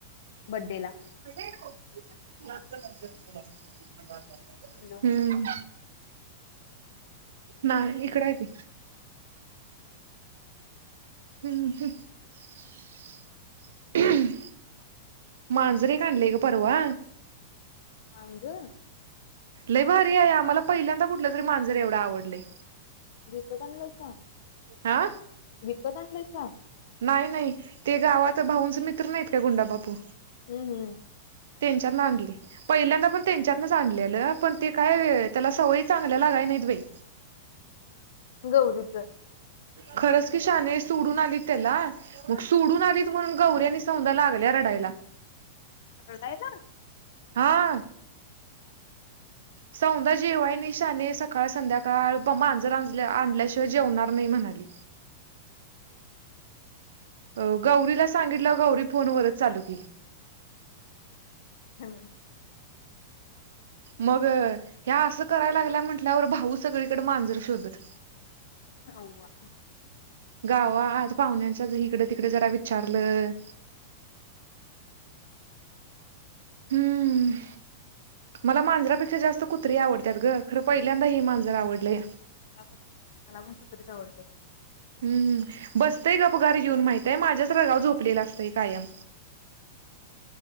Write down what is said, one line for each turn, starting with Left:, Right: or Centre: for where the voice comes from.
Left: बड्डे ला.
Right: <unintelligible>
Left: हॅलो!
Right: हम्म, नाही इकड आहे ती. हम्म हम्म. मांजर एक आणलंय गं परवा.
Left: मांजर!
Right: लई भारी आहे आम्हाला पहिल्यांदा कुठलं तरी मांजर एवढं आवडलंय.
Left: विकत आणलाईसा?
Right: हा
Left: विकत आणलाईसा?
Right: नाही नाही ते गावात भाऊंच मित्र नाहीत का गुंडाबापू
Left: हम्म हम्म.
Right: त्यांच्यातन आणलंय. पहिल्यांदा पण त्यांच्यातनच आणलेलं पण ते काय त्याला सवयी चांगल्या लागाय नाहीत बाई.
Left: गौरीच
Right: खरंच की शाने सोडून आलीत त्याला. मग सोडून आलीत म्हणून गौऱ्यानी सौधा लागल्या रडायला.
Left: रडायला?
Right: हा. सौंदा जेवाय नाही शाने सकाळ संध्याकाळ मांजरआणल्याशिवाय जेवणार नाही म्हणाली. अ गौरीला सांगितलं गौरी फोनवरच चालू केली.
Left: हॅ
Right: मग ह्या असं करायला लागल्या म्हटल्यावर भाऊ सगळीकडे मांजरं शोधत.
Left: होवा
Right: गावता आड पाहुण्यांच्या इकडे तिकडे जरा विचारलं. हम्म. मला मांजरापेक्षा जास्त कुत्री आवडत ग खरं पहिल्यांदा ह मांजरं आवडलंय.
Left: मला पण मला पण कुठ तरीच आवडतं.
Right: हम्म बसतंय गपघार घेऊन माहितय माझ्याच रागाव झोपलेला असतंय कायम.